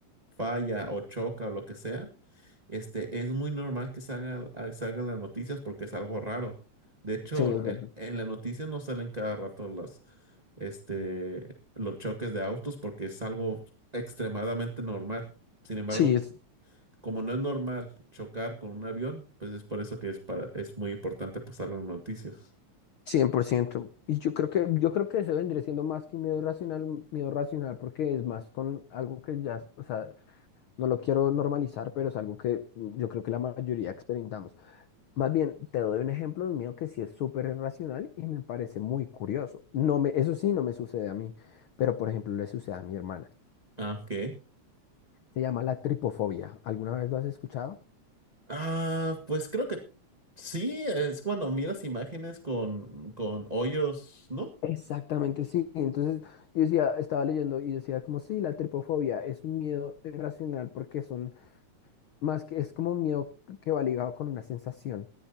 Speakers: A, on the right (about 20°); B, on the left (about 75°).
A: falla o choca o lo que sea, este, es muy normal que salga, ah, salgan las noticias porque es algo raro. De hecho,
B: Sí, es
A: en,
B: verdad.
A: en las noticias no salen cada rato las, este, los choques de autos porque es algo extremadamente normal. Sin embargo,
B: Sí, es
A: como no es normal chocar con un avión, pues es por eso que es, para, es muy importante pasarlo en noticias.
B: cien por ciento Y yo creo que, yo creo que eso vendría siendo más que un miedo irracional, un miedo racional, porque es más con algo que ya, o sea, No lo quiero normalizar, pero es algo que mm, yo creo que la mayoría experimentamos. Más bien, te doy un ejemplo de un miedo que sí es súper irracional y me parece muy curioso. No me, eso sí, no me sucede a mí, pero por ejemplo, le sucede a mi hermana.
A: Ah, ok.
B: Se llama la tripofobia. ¿Alguna vez lo has escuchado?
A: Ah, pues creo que sí, es cuando miras imágenes con, con hoyos, ¿no?
B: Exactamente, sí. Entonces yo decía, estaba leyendo y decía como sí, la tripofobia es un miedo irracional porque son Más que es como un miedo que va ligado con una sensación,